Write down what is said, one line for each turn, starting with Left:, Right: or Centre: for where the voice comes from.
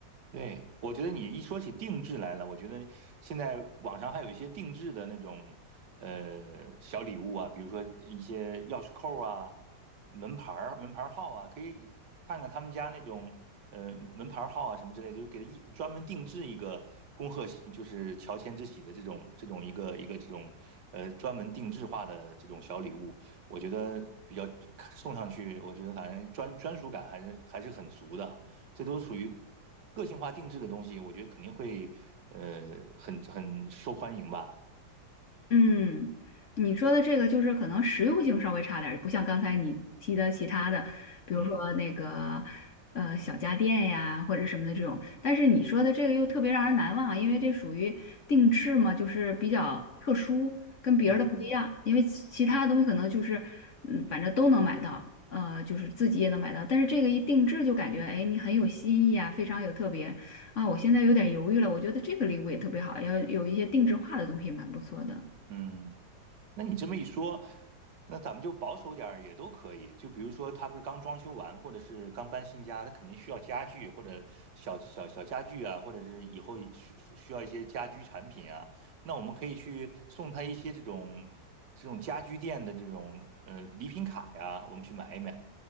Right: 对，我觉得你一说起定制来了，我觉得现在网上还有一些定制的那种呃小礼物啊，比如说一些钥匙扣啊、门牌儿、门牌儿号啊，可以看看他们家那种呃门牌儿号啊什么之类的，就给他一专门定制一个恭贺喜，就是乔迁之喜的这种这种一个一个这种呃专门定制化的这种小礼物，我觉得比较送上去，我觉得反正专专属感还是还是很足的。这都属于个性化定制的东西，我觉得肯定会呃很很受欢迎吧。
Left: 嗯，你说的这个就是可能实用性稍微差点儿，不像刚才你提的其他的，比如说那个
Right: 嗯
Left: 呃小家电呀或者什么的这种。但是你说的这个又特别让人难忘啊，因为这属于定制嘛，就是比较特殊，跟别人的不一样。
Right: 嗯
Left: 因为其其他的东西可能就是嗯，反正都能买到，呃，就是自己也能买到。但是这个一定制就感觉哎，你很有新意啊，非常有特别啊。我现在有点犹豫了，我觉得这个礼物也特别好，要有一些定制化的东西也蛮不错的。
Right: 嗯，那你这么一说，那咱们就保守点儿也都可以。就比如说，他不是刚装修完，或者是刚搬新家，他肯定需要家具或者小小小家具啊，或者是以后需需要一些家居产品啊。那我们可以去送他一些这种这种家居店的这种呃礼品卡呀，我们去买一买，